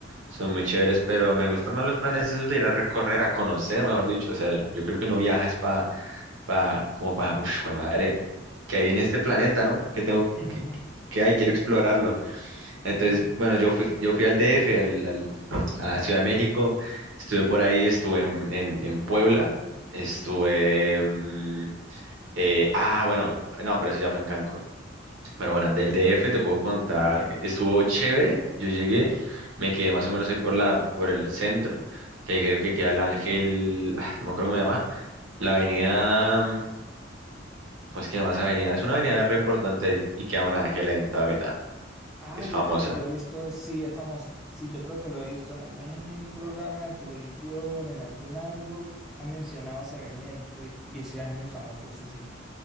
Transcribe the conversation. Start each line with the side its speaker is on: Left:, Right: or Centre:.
Right: son muy chéveres, pero me gustan más los planes esos de ir a recorrer, a conocer, mejor dicho. O sea, yo creo que uno viaja es para, pa, pa- como para, uff, madre, ¿qué hay en este planeta, no? ¿Qué tengo,
Centre: <laughs>
Right: que qué qué hay? Quiero
Centre: Sí,
Right: explorarlo.
Centre: sí,
Right: Entonces,
Centre: claro.
Right: bueno, yo fui, yo fui al DF, al- al- a Ciudad de México, estuve por ahí, estuve en, en- en Puebla, estuve... mm, eh, ah, bueno, no, pero eso ya fue en Cancún. Pero bueno, del DF te puedo contar, que estuvo chévere, yo llegué, me quedé más o menos ahí por la, por el centro, que creo que queda el Ángel, ah, no me acuerdo cómo se llama, la avenida, mm, ¿cómo es que se llama esa avenida? Es una avenida re importante ahí, y queda un ángel ahí en toda la mitad,
Centre: Ah,
Right: es
Centre: yo
Right: famosa.
Centre: creo que yo he visto, es- sí, es famosa. Sí, yo creo que lo he visto en algún programa de televisión, en algún algo. Han mencionado esa avenida y ese, y ese ángel famoso, sí, sí.